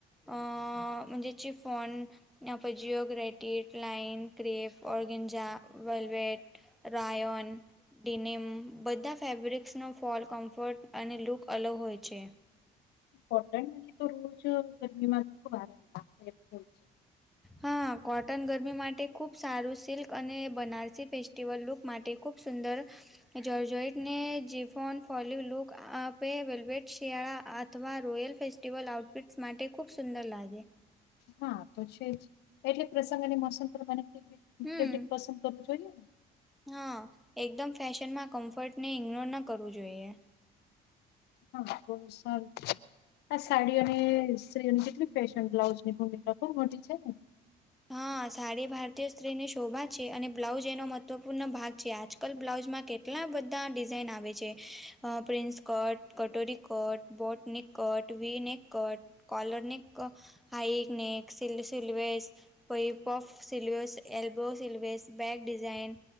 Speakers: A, in the centre; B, on the left (about 75°).
A: અ જે ચિફોન ના ફે જીયો ગ્રેટેટ લાઈન કેફ ઓર્ગેનજા વલવેટ રાયન ડિનેમ બધા ફેબ્રિક્સનો ફોલ કમ્ફર્ટ અને લુક અલગ હોય છે.
B: કોટન મને તો રોજ ગરમી માંથી ખુબ આરામ લાગે છે.
A: હા કોટન ગરમી માટે ખૂબ સારું સિલ્ક અને બનારસી ફેસ્ટિવલ લુક માટે ખૂબ સુંદર જોલજોઈટા ને જીફોન ફોલી લુક આપે વેલવેટ શિયાળા આ અથવા રોયલ ફેસ્ટિવલ આઉટફિટ્સ માટે ખૂબ સુંદર લાગે.
B: હા તો છે જ એટલે પ્રસંગની મસંગ પ્રમાણે <unintelligible>
A: હમ
B: ફેબ્રિક પસંદ કરવું જ <unintelligible>
A: હા એકદમ ફેશનમાં કમ્ફર્ટને ઇગ્નોર ન કરવું જોઈએ.
B: હા બહુ સારું. આ સાડી અને સ્ત્રી કેટલી ફેશન બ્લાઉઝની ભૂમિકા ખૂબ મોટી છે ને.
A: હા સાડી ભારતીય સ્ત્રીની શોભા છે અને બ્લાઉજ એનો મહત્વપૂર્ણ ભાગ છે આજ કલ બ્લાઉઝમાં કેટલા બધા ડિઝાઇન આવે છે આ પ્રિન્સ કટ કટોરી cut boat neck cut V neck cut collar neck high neck સિલ સીલ સિલવેસ પઈ પોોપ sleeves elbow sleeves back design